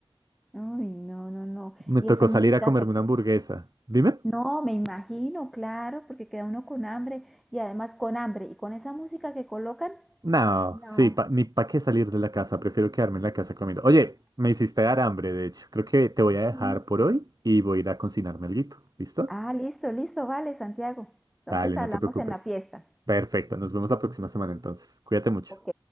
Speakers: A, in the centre; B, on the right (about 40°).
A: Uy, no, no, no.
B: Me
A: Y
B: tocó
A: esa
B: salir
A: música
B: a comerme
A: que,
B: una hamburguesa. ¿Dime?
A: No, me imagino, claro, porque queda uno con hambre y además con hambre y con esa música que colocan,
B: No,
A: no.
B: sí, pa- ni pa' qué salir de la casa. Prefiero quedarme en la casa comiendo. Oye, me hiciste dar hambre, de hecho. Creo que te voy a dejar
A: Mm.
B: por hoy y voy a ir a cocinarme alguito. ¿Listo?
A: Ah, listo, listo, vale, Santiago. Entonces
B: Dale,
A: hablamos
B: no te preocupes.
A: en la fiesta.
B: Perfecto, nos vemos la próxima semana entonces. Cuídate mucho.
A: Ok,